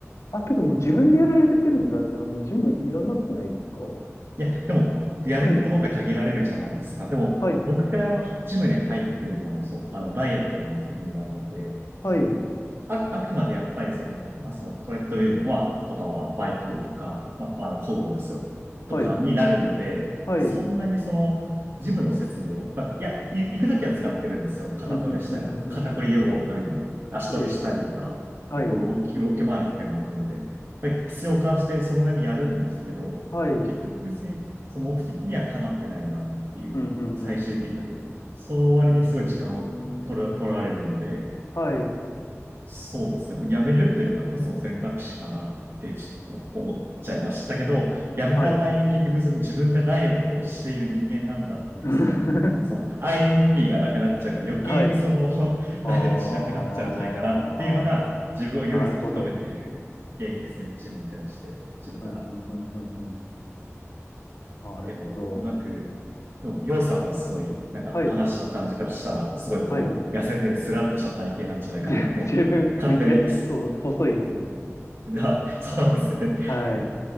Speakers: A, on the left; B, on the right.
A: あ、けどもう自分でやられてるんだったらもうジムいらなくないですか
B: いや、でも、やれることで限られるじゃないですか。
A: はい。
B: でも、
A: はい。
B: 僕がジムに入ってるのは、そう、あの、ダイエットの目的になるので、
A: はい。
B: あ、あくまでやっぱりその、まあ、そのトレッドミルとかは、とかはバイクとか、まあ、あの、工具ですよ。
A: はい。
B: とかになるので、
A: はい。
B: そんなにその、
A: うん、
B: ジムの設備を、まあ、いや、い行くときは使ってるんですよ。肩トレしたりとか、
A: うん、うん、うん、
B: 肩こり予防のためにも、
A: うん。うん
B: 足トレしたりとか、
A: はい。はい。
B: 結構動き、動き回る機会も多いので、まあ、必要を感じてそれなりにやるんですけど、
A: はい。うん、
B: まあ、結局別に、その目的にはかなってないなっていう、
A: うん、うん、
B: 最終的なんで、
A: うん。
B: その割にすごい時間を取る、
A: うんうーん。
B: 取られるので、
A: はい。
B: そうですね。辞めるっていうのが一つの選択肢かなってちょっと思っちゃいましたけど、辞めた場合、
A: はい。
B: 結局その自分がダイエットをしている人間なんだっていう、
A: <laughs>
B: その、そのアイデンティティがなくなっちゃうから余計にその
A: はい。
B: <laughs>
A: ああ、
B: ダイエットしなくなっちゃうんじゃないかなっていうのが自分を唯一引き止めてる原因ですね。
A: なるほど。
B: 自分に対して、自分から。
A: うん、うん、うん、うん、うん。なるほど。
B: でも、うまく、でも、ようさんはすごい、なんかお話の感じからしたら、
A: はい。
B: すごいこう、
A: はい。
B: 痩せてスラッとした体型なんじゃないかなと、
A: じ <laughs> 自分、
B: 勝手に
A: めちゃ、そう、細いですね。
B: <laughs> が、そうなんですね。
A: はい。